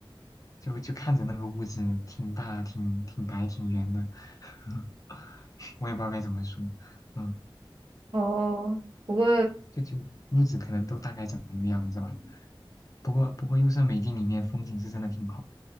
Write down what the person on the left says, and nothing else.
就就看着那个屋子挺大、挺挺白、挺圆的，<laughs> 我也不知道该怎么说，嗯，
就就屋子可能都大概长什么样子吧。不过不过优胜美地里面风景是真的挺好，